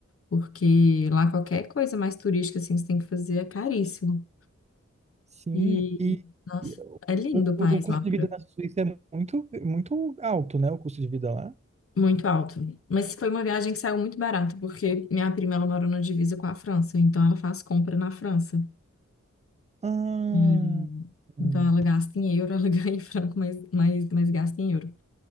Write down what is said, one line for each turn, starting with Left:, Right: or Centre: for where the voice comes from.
Left: porque lá qualquer coisa mais turística assim que você tem que fazer é caríssimo.
Right: Sim,
Left: E,
Right: e,
Left: nossa,
Right: e
Left: é lindo
Right: o,
Left: o país
Right: o custo
Left: lá, pra-
Right: de vida na Suíça é muito, muito alto, né? O custo de vida lá.
Left: muito alto. Mas foi uma viagem que saiu muito barata, porque minha prima ela mora na divisa com a França, então ela faz compra na França.
Right: Ah,
Left: Hum,
Right: hum,
Left: Então ela gasta em euro, ela <laughs> ganha em franco, mas, mas, mas gasta em euro.